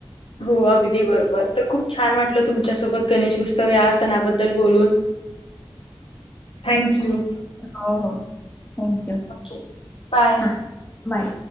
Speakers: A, on the left; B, on the left.
A: हो अगदी बरोबर. तर खूप छान वाटल तुमच्यासोबत गणेश उत्सव या सणाबद्दल बोलून. Thank you.
B: हो हो, थँक यू.
A: Okay bye.
B: हा बाय.